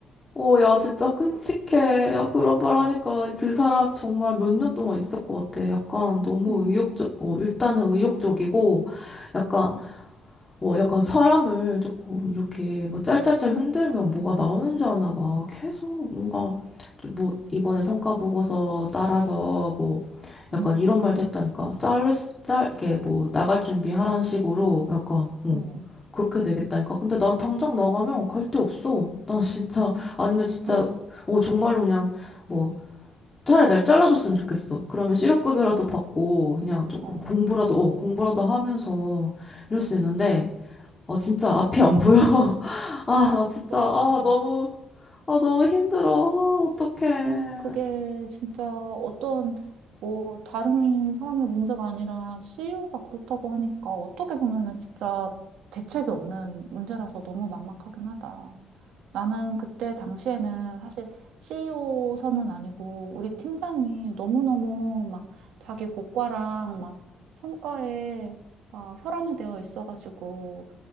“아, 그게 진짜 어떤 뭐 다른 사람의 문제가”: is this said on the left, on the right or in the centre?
Right